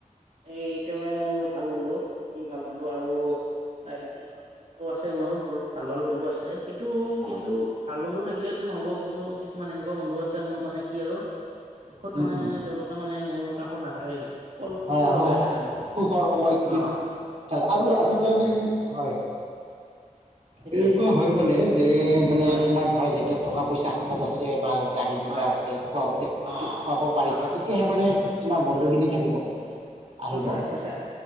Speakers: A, on the right; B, on the right.
A: এই তেৱে মোৰ ভাল বন্ধু দুইও ভাল বন্ধু আৰু বিদ্যালয় আছে বাৰু বহুত ভাল ভাল বন্ধু আছে কিন্তু
B: হয়
A: কিন্তু ভাল বন্ধু থাকিলেতো নহ'ব কিন্তু কিছুমান এনেকোৱা বন্ধু আছে মোৰ মানে কি আৰু দুখত
B: উম
A: মানে
B: উম
A: তেওঁলোকে মানে মোৰ কাষত নাথাকে কিন্তু অকল সুখৰ
B: হয় আৰু
A: বাবেহে থাকে মানে
B: সুখৰ সময় খিনিত
A: অ
B: ত
A: সুখৰ
B: আৰু আজিকালি
A: সময়ত মানে
B: হয়
A: সেইটোৱে
B: এনেকোৱা হয় মানে যে মানে
A: হয়
B: তোমাৰ ধৰা যেতিয়া টকা পইচা হাতত আছে বা গাড়ী ঘোৰা
A: হয়
B: আছে খুৱা
A: অ
B: খুৱাব পাৰিছা
A: হয় হয়
B: তেতিয়াহে মানে তোমাৰ বন্ধু খিনি থাকিব আহিব
A: সচাঁ সচাঁ